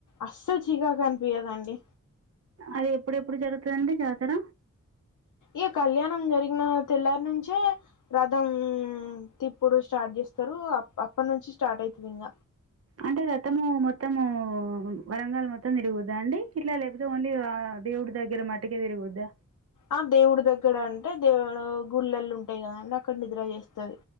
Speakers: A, on the left; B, on the right.
A: అస్సలు చికాకని పియ్యదండి
B: అది ఎప్పుడెప్పుడు జరుగుతదండి జాతర
A: ఈ కళ్యాణం జరిగిన తెల్లారి నుంచే రథం తిప్పుడు స్టార్ట్ చేస్తారు అప్ అప్పటి నుంచి స్టార్ట్ ఐతుదింగ
B: అంటే రథము మొత్తము వరంగల్ మొత్తం తిరుగుద్దా అండి ఇట్లా లేకపోతే ఓన్లీ దేవుడి దగ్గర మట్టుకే తిరుగుద్దా
A: ఆ దేవుడి దగ్గర అంటే దేవు లో గుళ్ళలు ఉంటాయి కదా అండి అక్కడ నిద్ర చేస్ తుంది